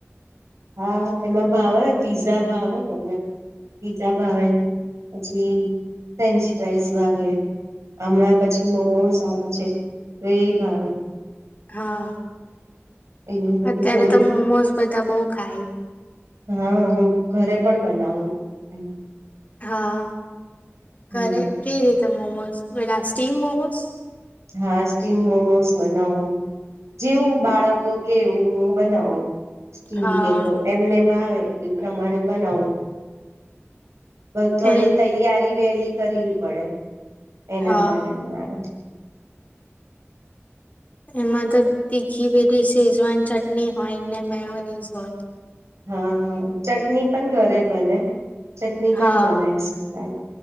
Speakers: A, on the right; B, on the left.
A: હા. એમાં ભાવ પીઝા ભાવ મન. પીઝા ભાવે પછી ફ્રેન્ચ ફાઈઝ ભાવે હમણાં પછી મોમોઝ ભાવે છે. તો એ ભાવે.
B: હા
A: એવું બધું
B: અત્યારે
A: થોડું.
B: તો મોમોઝ બધા બહુ ખાય.
A: હન હું ઘરે પણ બનાવું. <unintelligible>
B: હા
A: હમ
B: ઘરે કેરી મોમોસ બધા સ્ટીમ મોમોસ
A: હા, સ્ટીમ મોમોસ બનાવું. જેવું બાળકો કે એવુ હુ બનાવું. સ્ટીમ
B: હા.
A: કે તો એમ નેમ ભાવે એ પ્રમાણે બનાવુ. બ થોડી
B: એ
A: તૈયારી વહેલી કરવી પડે એના
B: હા.
A: માટે મારે. <inaudible>
B: એમા તો તીખી પેલી શેઝવાન ચટની હોય ને મેયોનીઝ હોય.
A: હા હા ચટની પણ ઘરે બને. ચટની
B: હા
A: પન બનાઈ શકાય.